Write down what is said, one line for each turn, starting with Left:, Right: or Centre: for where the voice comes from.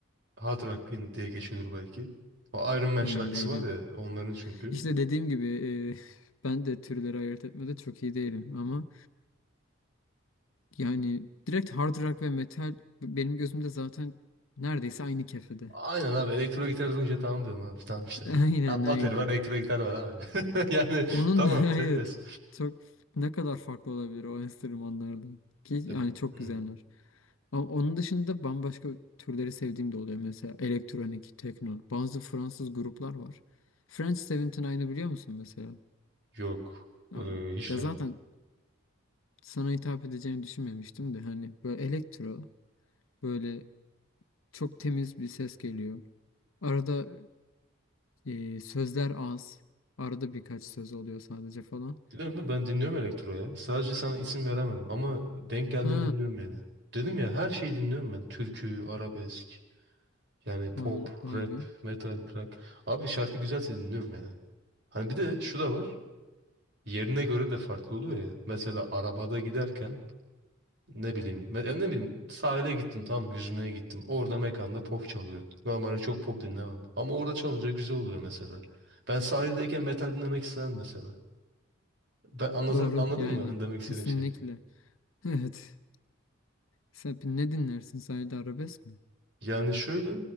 Right: Hard Rock din- diye geçiyordur belki. O Iron Man
Left: Emin
Right: şarkısı
Left: değilim.
Right: var ya onların çünkü.
Left: İşte dediğim gibi e, ben de türleri ayırt etmede çok iyi değilim ama yani direkt hard rock ve metal benim gözümde zaten neredeyse aynı kefede.
Right: Aynen abi elektro gitar duyunca tamam diyorum abi tamam işte.
Left: <laughs>
Right: ya.
Left: Aynen
Right: Abi bateri
Left: aynen.
Right: var elektro gitar var abi. <laughs> Yani
Left: Onun
Right: tamam
Left: da <laughs> evet
Right: seviyoruz.
Left: çok ne kadar farklı olabilir o enstrümanlardan ki
Right: Ya,
Left: yani çok
Right: hı,
Left: güzeller. Ama onun dışında bambaşka türleri sevdiğim de oluyor mesela elektronik, tekno. Bazı Fransız gruplar var. French 79'ı biliyor musun mesela?
Right: Yok
Left: Ya,
Right: Ee, hiç
Left: ya
Right: duymadım.
Left: zaten sana hitap edeceğini düşünmemiştim de hani böyle elektro böyle çok temiz bir ses geliyor. Arada e, sözler az. Arada birkaç söz oluyor sadece falan.
Right: Biliyor musun ben dinliyorum elektro ya. Sadece sana isim veremem ama denk geldiğimi
Left: Ha,
Right: dinliyorum yani. Dedim ya her şeyi dinliyorum ben. Türkü, arabesk, yani pop,
Left: vay, vay
Right: rap,
Left: be.
Right: metal, rock. Abi şarkı güzelse dinliyorum ya. Hani bir de şu da var. Yerine göre de farklı oluyor ya. Mesela arabada giderken ne bileyim ben ne bileyim sahile gittim tamam yüzmeye gittim. Orada mekanda pop çalıyor. Normalde çok pop dinlemem. Ama orada çalınca güzel oluyor mesela. Ben sahildeyken metal dinlemek istemem mesela. Ben anlata,
Left: Doğru
Right: anladın
Left: yani
Right: mı hani demek istediğim
Left: kesinlikle.
Right: şey?
Left: Evet. Sen ne dinlersin? Sadece arabesk mi?
Right: Yani şöyle